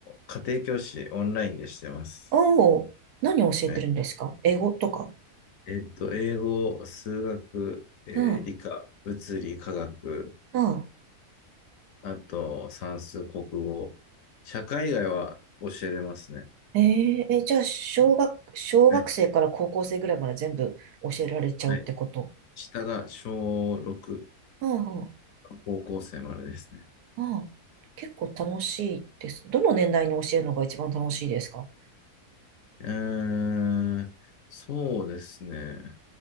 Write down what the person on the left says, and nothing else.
家庭教師オンラインでしてます。
はい、えーっと、英語、数学、えー理科、
物理、化学、
あと算数、国語、社会以外は教えれますね。
はい。はい。下が小6、
高校生までですね。
えー、そうですね。